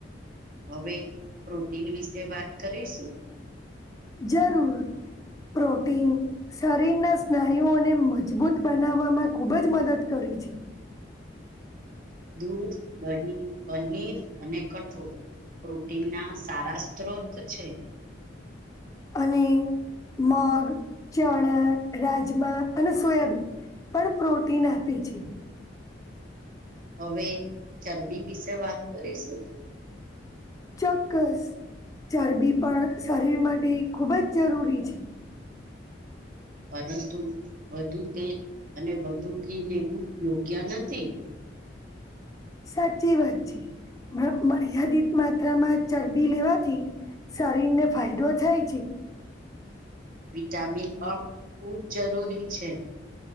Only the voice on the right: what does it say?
હવે પ્રોટીન વિશે વાત કરીશું
દૂધ દહીં પનીર અને કઠોળ પ્રોટીન ના સારા સ્ત્રોત છે
હવે ચરબી વિશે વાત કરીશું
પરંતુ વધુ તેલ અને વધુ ઘી લેવું યોગ્ય નથી
વિટામિન પણ ખુબ જરૂરી છે